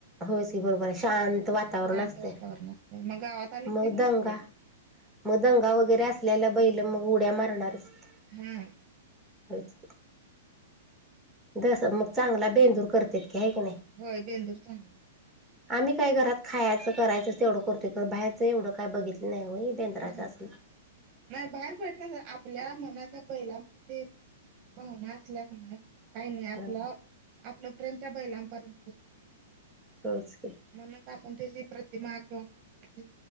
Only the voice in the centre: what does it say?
होयचं की बरोबर आहे शांत वातावरण
असते
मग
दंगा मग दंगा वगैरे असल्याला बैल मग उड्या मारणारचं.
वच जस मग चांगला बेंदूर करतेत की आहे की नाही.
आम्ही काय घरात खायचं करायच तेवढं करतोय कर बाहेरचं एवढं काय बघितलं. नाही होय बेंद्राचं
असलं
हा
होयच की